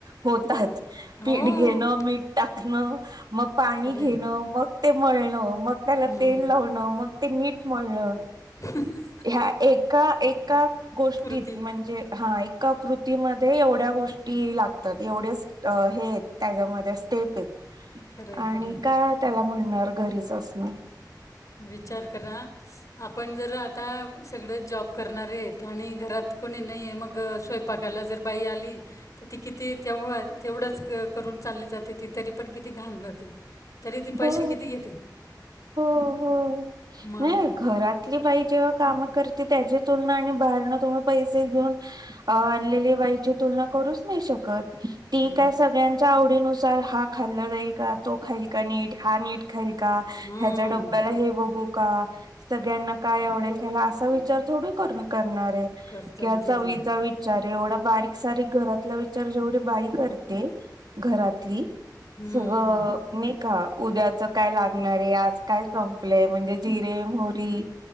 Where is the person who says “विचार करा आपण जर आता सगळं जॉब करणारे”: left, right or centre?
Left